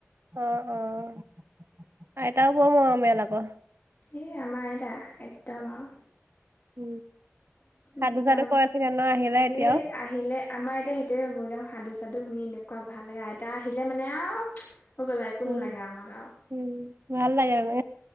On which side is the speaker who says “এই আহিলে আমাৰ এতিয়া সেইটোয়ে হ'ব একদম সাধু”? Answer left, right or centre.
Left